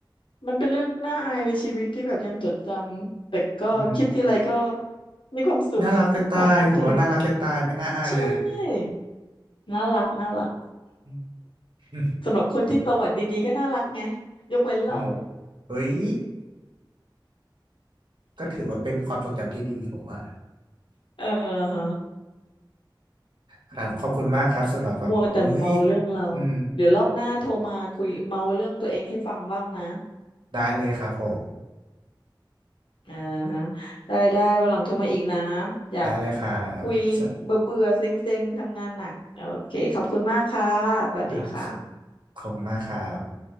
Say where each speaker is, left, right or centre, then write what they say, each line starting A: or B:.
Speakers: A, on the left; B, on the right.
A: มันเป็นเรื่องน่าอายในชีวิตที่แบบยังจดจำแต่ก็คิดทีไรก็
B: อืม
A: มีความสุขขำทุกที
B: น่ารักจะตายผมว่าน่ารักจะตายไม่น่าอายเลย
A: ใช่น่ารักน่ารัก
B: อืม
A: สำหรับคนที่ประวัติดีๆก็น่ารักไงยกเว้นเรา
B: อืมเฮ้ยก็ถือว่าเป็นความทรงจำที่ดีผมว่า
A: เออฮะ
B: ครับขอบคุณมากครับสำหรับแบบเฮ้ย
A: มัวแต่เมาเรื่องเรา
B: อืม
A: เดี๋ยวรอบหน้าโทรมาคุยเมาเรื่องตัวเองให้ฟังบ้างนะ
B: ได้เลยครับผม
A: อ่าฮะได้ได้วันหลังโทรมาอีกนะอยาก
B: ได้เลยครับส
A: คุยเบื่อเบื่อเซ็งเซ็งๆทำงานหนักโอเคขอบคุณมากค่ะสวัสดีค่ะ
B: ครับขอบคุณมากครับ